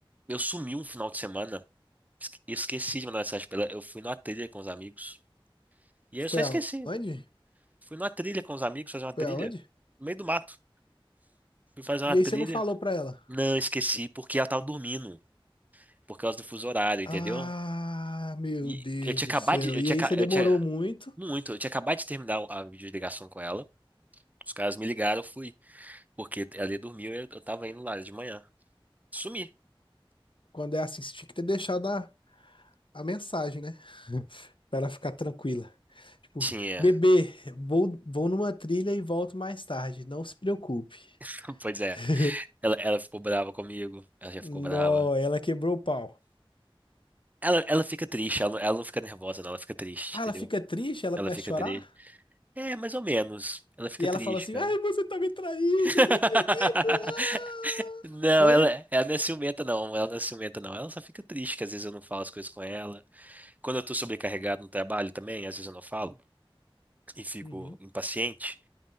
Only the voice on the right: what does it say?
Eu sumi um final de semana. Esque- Esqueci de mandar mensagem pra ela. Eu fui numa trilha com os amigos. E aí
eu só esqueci.
Fui numa trilha com os amigos, fazer uma
trilha.
No meio do mato. Fui fazer uma
trilha.
Não, esqueci, porque ela tava dormindo. Por causa do fuso horário, entendeu?
E
eu tinha
acabado
de. Eu
tinha,
ca-
eu
tinha.
Muito, eu tinha acabado de terminar a videoligação com ela. Os caras me ligaram, eu fui. Porque ela ia dormir, eu, eu tava indo lá de manhã. Sumi.
Tinha.
<laughs> Pois é.
Ela, ela ficou brava comigo. Ela já
ficou brava.
Ela, ela fica triste, ela, não- ela não fica nervosa, não. Ela fica triste,
entendeu?
Ela
fica
triste. É, mais ou menos. Ela fica
triste,
cara.
<laughs>
Não,
ela, é, ela não é ciumenta, não. Ela não é ciumenta, não. Ela só fica triste, que às vezes eu não falo as coisas com ela. Quando eu tô sobrecarregado no trabalho também, às vezes eu não falo e fico
impaciente.